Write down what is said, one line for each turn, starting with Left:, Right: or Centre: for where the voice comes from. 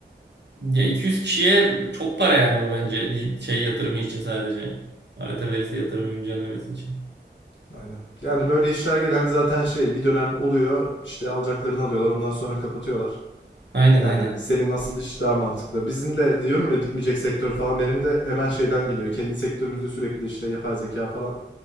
Right: Ya 200 kişiye çok para yani bu bence bir şey yatırımı için sadece. Harita verisi yatırımı güncellemesi için.
Left: Aynen. Yani böyle işler genelde zaten şey bir dönem oluyor işte alacaklarını alıyorlar ondan sonra kapatıyorlar.
Right: Aynen
Left: Yani
Right: aynen.
Left: senin asıl iş daha mantıklı. Bizim de diyorum ya bitmeyecek sektör falan benim de hemen şeyden geliyor. Kendi sektörümüzde sürekli işte yapay zeka falan.